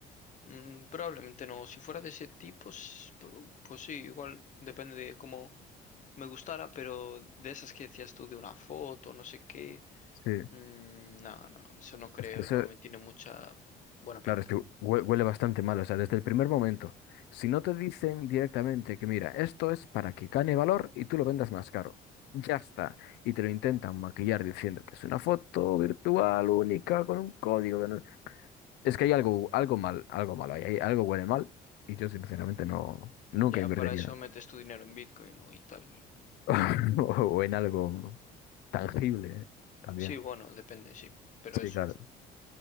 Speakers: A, on the left (about 45°); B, on the left (about 80°).
A: Mm, probablemente no. Si fuera de ese tipo, s- pro- pues sí, igual depende de cómo me gustara, pero de esas que decías tú de una foto, no sé qué.
B: Sí.
A: mm, no, no, eso no creo,
B: Es que eso,
A: no me tiene mucha buena pinta.
B: claro, es que hue- huele bastante mal, o sea, desde el primer momento. Si no te dicen directamente que, mira, esto es para que gane valor y tú lo vendas más caro. Ya está. Y te lo intentan maquillar diciendo que es una foto virtual única con un código. que no- Es que hay algo, algo mal, algo malo, ahí, hay, algo huele mal y yo sinceramente no, nunca
A: Ya
B: invertiría.
A: para eso metes tu dinero en Bitcoin o- y tal.
B: <laughs> o en algo tangible, ¿eh? También.
A: Sí, bueno, depende, sí, pero eso.
B: Sí, claro.